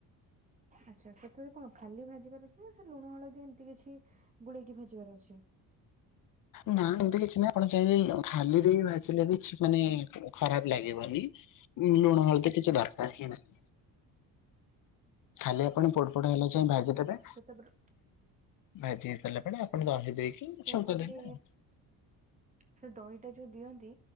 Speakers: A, on the right (about 20°); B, on the left (about 55°).
A: ଆଚ୍ଛା ସେଥିରେ କଣ ଖାଲି ଭାଜି ପାରୁଛି ନା ସେ ଲୁଣ ହଳଦୀ ଏମିତି କିଛି? ଗୁଳେଇକି ଭାଜିବାର ଅଛି।
B: ନା ଏମିତି କିଛି ନାହିଁ ଆପଣ ଚାହିଁଲେ ଖାଲିରେ ବି ଭାଜିଲେଲେ ବି? ମାନେ ଖରାପ ଲାଗିବନି। ଲୁଣ ହଳ ତ କିଛି ଦରକାର ହି ନାହିଁ। ଖାଲି ଆପଣ ପୋଟ ଫୋଡ ହେଲା ଯାଏ ଭାଜିଦେବେ।
A: ସେ ତାପରେ
B: ଭାଜି ହେଇ ସାରିଲା ପରେ ଆପଣ ଦହି ଦେଇକି।
A: ସେ
B: ଛୁଙ୍କ
A: ତାପରେ
B: ଦେବେ ଆଉ।
A: ସେ ଦହିଟା ଯୋଉ ଦିଅନ୍ତି।